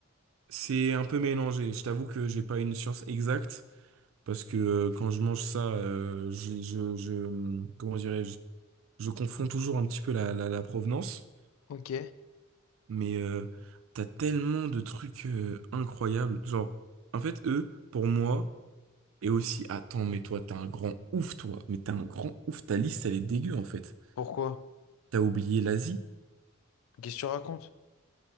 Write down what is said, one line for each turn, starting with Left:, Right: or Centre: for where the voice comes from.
Right: C'est un peu mélangé. Je t'avoue que j'ai pas une science exacte parce que euh, quand je mange ça, euh, je, je, je- comment dirais-je? Je confonds toujours un petit peu la, la, la provenance,
Left: Ok.
Right: mais euh, t'as tellement de trucs euh, incroyables. Genre, en fait, eux, pour moi. Et aussi, attends, mais toi, t'es un grand ouf, toi. Mais t'es un grand ouf. Ta liste, elle est dégueu, en fait.
Left: Pourquoi?
Right: T'as oublié l'Asie?
Left: Qu'est-ce que tu racontes?